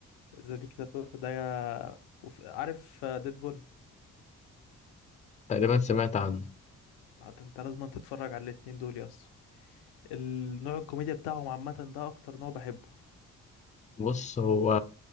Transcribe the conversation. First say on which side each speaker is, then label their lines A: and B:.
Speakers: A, on the left; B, on the left.
A: ذا ديكتاتور ده يا... وف... عارف ديدبول
B: تقريبا سمعت عنه
A: لا ده انت لازم تتفرج على الاتنين دول يا اسطى النوع الكوميديا بتاعهم عامة ده أكتر نوع بحبه
B: بص هو